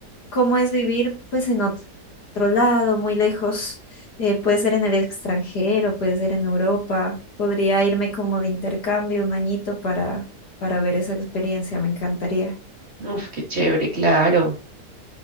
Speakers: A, on the left; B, on the right.
A: cómo es vivir pues en ot- otro lado, muy lejos. Eh, puede ser en el extranjero, puede ser en Europa. Podría irme como de intercambio un añito para, para ver esa experiencia, me encantaría.
B: Uf, qué chévere, claro.